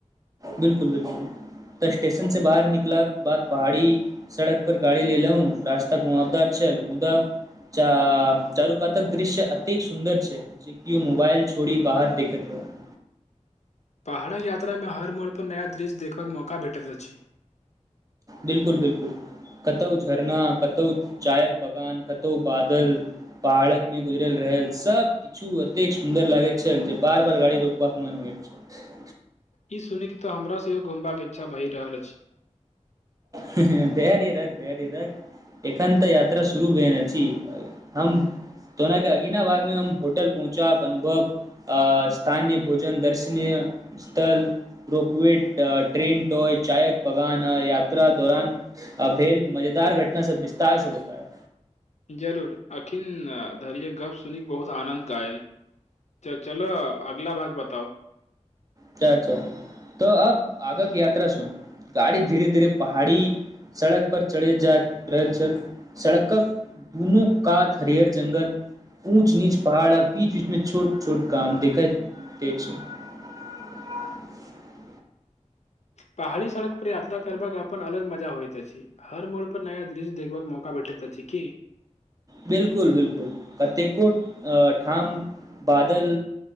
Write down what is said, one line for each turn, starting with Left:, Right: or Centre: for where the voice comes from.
Right: बिलकुल बिलकुल तऽ स्टेशन से बाहर निकला के बाद बाहरी सड़क पर गाड़ी ले लउ रास्ता घुमाबदार छल मुदा च चारुकातक दृश्य अतेक सुन्दर छै जे किओ मोबाइल छोड़ि बाहर देखैत रहूं।
Left: पहाड़क यात्रामे हर मोड़पर नया दृश्य देखबाक मौका भेटैत अछि।
Right: बिलकुल बिलकुल कतहु झरना कतहु चायक बगान कतहु बादल। पहाड़क मे गुजरल रहल सब पछु एतेक सुन्दर लागे छल जे बार बार गाड़ी रोकबाक मन होयत छल।
Left: ई सुन के तो हमरा सेहो घूमबाक के इच्छा भहि रहल अछि।
Right: ह ह धैर्य रख, धैर्य रख, एखन तऽ यात्रा शुरू भय रहल छी। हम तोना के अगीना बार मे हम होटल पहुँचाक अनुभव अ स्थानय भोजन दर्शनीय स्थल रोकविट ट्रेनटॉय चायक बगान आ या त्रा दौरान अभेल मजेदार घटना से विस्तार से बतायब।
Left: जरूर अखिन धरियै गप्प सुनि कऽ बहुत आनन्द गायल। त चलऽ अगला भाग बताउ।
Right: अच्छा अच्छा तऽ अब आगक यात्रा सुन गाड़ी धीरे धीरे पहाड़ी सड़क पर चढेल जा रहल छल सड़कक दुनू कात हरियर जंगल ऊंच नीच पहाड़ आ बीच बीच में छोट छोट गाम देखेत अछि। <inaudible>
Left: पहाड़ी सड़क पर यात्रा करबाक अपन अलग मजा होइत अछि। हर मोड़ पर नया दृश्य देखबाक मौका भेटैत अछि की?
Right: बिलकुल बिलकुल कतेको ठाम बादल